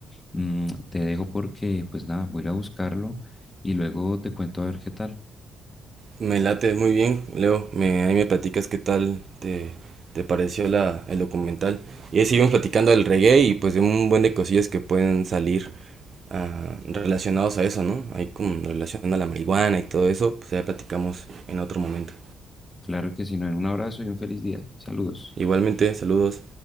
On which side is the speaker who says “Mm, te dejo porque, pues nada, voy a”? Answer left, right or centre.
Left